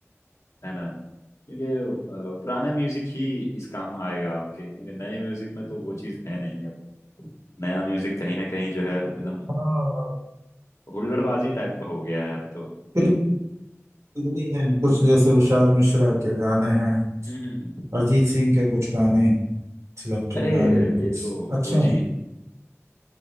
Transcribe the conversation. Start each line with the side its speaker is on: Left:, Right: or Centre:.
Left: है ना ये अ, पुराना म्यूजिक ही इस काम आएगा आपके क्योंकि नए म्यूजिक में तो वो चीज़ है नहीं अब नया म्यूजिक कहीं ना कहीं जो है एकदम
Right: हाँ
Left: हुल्लड़बाजी टाइप का हो गया है अब तो
Right: फिर फिर भी है कुछ जैसे विशाल मिश्रा के गाने हैं
Left: हम्म हम्म हम्म।
Right: अरिजीत सिंह के कुछ गाने सिलेक्टेड
Left: अरे
Right: गाने हैं कुछ
Left: ये तो
Right: अच्छे
Left: ओजी
Right: हैं